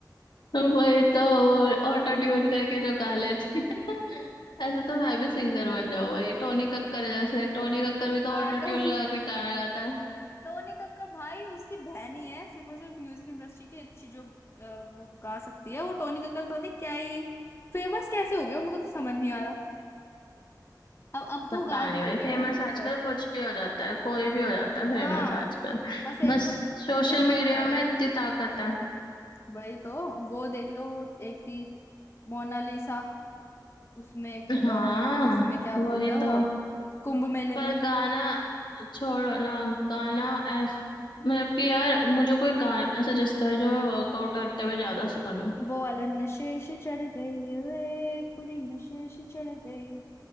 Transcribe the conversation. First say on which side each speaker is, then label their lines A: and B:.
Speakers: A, on the left; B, on the left.
A: <laughs> वही तो वो ऑटो ट्यून करके जो गा लेते हैं। <laughs> ऐसे तो मैं भी सिंगर बन जाऊँ भाई टोनी कक्कर जैसे टोनी कक्कर भी तो
B: हाँ
A: ऑटो ट्यून
B: टोनी
A: लगा के गाना गाता है
B: टोनी कक्कर भाई उसकी बहन ही है सिर्फ और सिर्फ म्यूजिक इंडस्ट्री की अच्छी जो अ, वो गा सकती है वो टोनी कक्कर पता नहीं क्या ही फेमस कैसे हो गया मेरे को तो समझ नहीं आ रहा अब अब तो
A: पता
B: गायब
A: नहीं
B: ही हो
A: भाई
B: गया
A: फेमस
B: टोनी कक्कर
A: आजकल कुछ भी हो जाता है कोई भी हो जाता है फेमस
B: हाँ
A: आजकल
B: बस एक
A: बस
B: दो
A: सोशल
B: क्रिंज
A: मीडिया
B: बना दो
A: में इतनी ताकत है
B: वही तो वो देख लो एक थी मोनालिसा उसमें
A: हाँ
B: अ, उसमें क्या
A: वही
B: बोलता है वो
A: तो
B: कुंभ मेले
A: पर
B: में
A: गाना छोड़ो ना गाना ऐस मतलब कि यार मुझे कोई गाना सजेस्ट कर जो मैं वर्कआउट करते हुए ज्यादा सुनूं
B: वो वाला नशे से चढ़ गई रे कुड़ी नशे से चढ़ गई